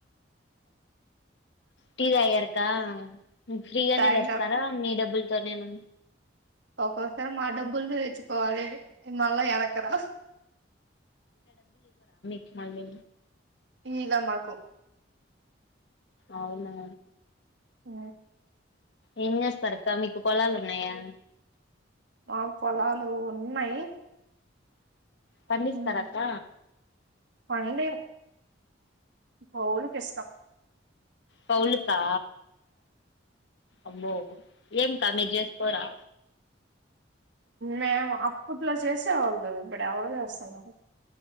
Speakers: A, on the left (about 65°); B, on the right (about 65°).
A: టీ తాగారక్కా ఉమ్ ఫ్రీగానే
B: తాగినం
A: తెస్తారా మీ డబ్బుల్తో నేనా
B: ఒక్కోసారి మా డబ్బుల్ తో తెచ్చు కోవాలి మళ్లా ఎనక్రాద్
A: మళ్లీ
B: ఈలా మాకు
A: అవునా?
B: ఆ
A: ఏం చేస్తారు అక్క మీకు పొలాలు ఉన్నాయా?
B: మాకు పొలాలు ఉన్నాయ్
A: పండిస్తారక్క
B: ఉమ్ పండిమ్ కౌలుకి ఇస్తాం
A: పౌలుకా అబ్బో ఏం కా మీర్ చేస్కోరా?
B: మేము అప్పుట్లో చేసేవాళ్ళు ఇప్పుడు ఎవరు చేస్తన్నారు